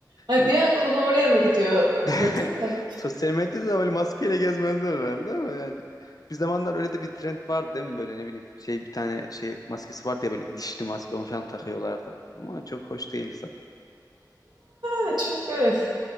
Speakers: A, on the right; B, on the left.
A: Ay
B: Hani
A: bir an konu oraya mı gidiyor
B: <laughs>
A: e, dedim de.
B: sosyal medyada da böyle maskeyle gezmezler herhalde ama yani bir zamanlar öyle de bir trend vardı değil mi böyle ne bileyim şey bir tane şey maskesi vardı ya böyle dişli maske onu falan takıyorlardı ama çok hoş değildi
A: Ha, çok evet.